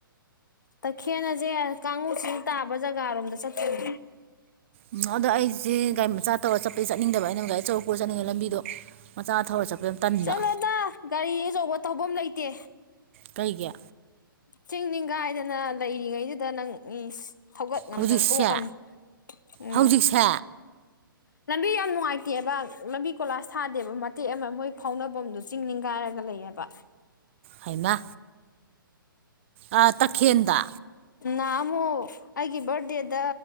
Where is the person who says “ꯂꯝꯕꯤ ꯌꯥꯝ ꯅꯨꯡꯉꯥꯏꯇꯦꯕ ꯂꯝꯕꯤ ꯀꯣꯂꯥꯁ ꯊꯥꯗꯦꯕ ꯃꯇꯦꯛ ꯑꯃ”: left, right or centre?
Left